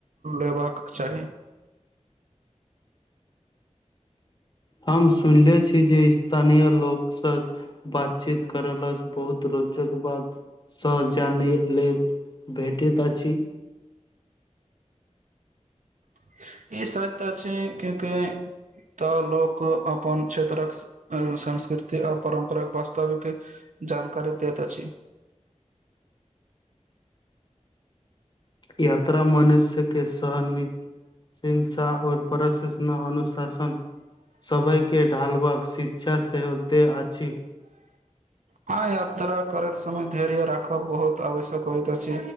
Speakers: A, on the right; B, on the left.
A: लेबाक चाही
B: हम सुनले छी जे स्थानीय लोकस बातचीत कर ल से बहुत रोचक बात सँ जानय लेल भेटैत अछि।
A: <inaudible> ई सब त छै क्युंकि तऽ लोक अपन क्षेत्रक संृ संस्कृति आ परारम्परिक वास्तविक जानकारी दैत अछि <inaudible>
B: यात्रा मनुष्य के सहन नहि हिंसा आऔर प्रश अनुशासन सभय के ढालवा श इच्छा से होत अछि
A: हँ यात्रा करैत समय धेर्य राखब बहुत आवश्यक होइत अछि